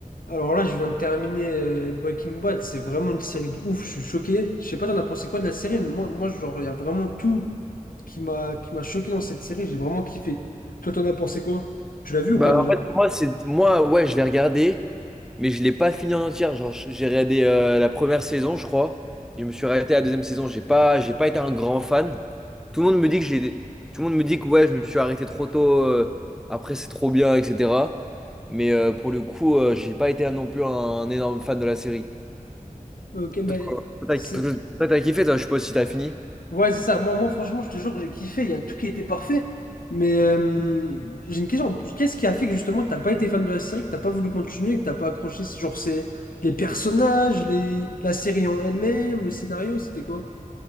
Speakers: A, on the left; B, in the centre.
A: Alors là, je viens de terminer euh, Breaking Bad. C'est vraiment une série de ouf. Je suis choqué. Je sais pas, t'en as pensé quoi de la série, mais moi, moi, genre, il y a vraiment tout qui m'a qui m'a choqué dans cette série. J'ai vraiment kiffé. Toi, t'en as pensé quoi? Tu l'as vu ou
B: Bah,
A: pas déjà?
B: en fait, moi, c'est, moi, ouais, je l'ai regardé, mais je l'ai pas fini en entière. Genre, je- j'ai regardé euh, la première saison, je crois. Je me suis arrêté à la deuxième saison. J'ai pas, j'ai pas été un grand fan. Tout le monde me dit que j'ai, tout le monde me dit que ouais, je me suis arrêté trop tôt. euh, après, c'est trop bien, etc. Mais euh, pour le coup, euh, j'ai pas été non plus un, énorme fan de la série.
A: Ok, ben,
B: Toi,
A: c'est...
B: t'as toi, t'as kiffé, toi, je sais pas si t'as fini.
A: Ouais, c'est ça. Moi, moi, franchement, je te jure que j'ai kiffé. Il y a tout qui était parfait. Mais euh, j'ai une question. Qu'est-ce qui a fait que justement, t'as pas été fan de la série, que t'as pas voulu continuer, que t'as pas accroché? Genre, c'est les personnages, les... la série en elle-même, le scénario, c'était quoi?